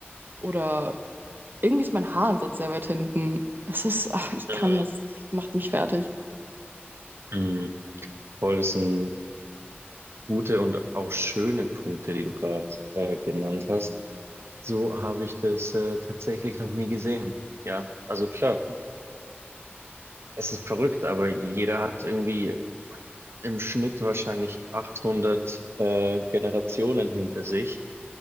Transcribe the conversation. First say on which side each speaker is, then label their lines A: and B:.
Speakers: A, on the right; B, on the right.
A: oder irgendwie ist mein Haaransatz sehr weit hinten. Das ist, ach, ich
B: hm,
A: kann das, macht mich fertig.
B: hm. Voll, das ist ein gute und auch schöne Punkte, die du gerade äh, genannt hast. So habe ich das äh, tatsächlich noch nie gesehen. Ja, also klar, es ist verrückt, aber jeder hat irgendwie im Schnitt wahrscheinlich 800 äh, Generationen hinter sich.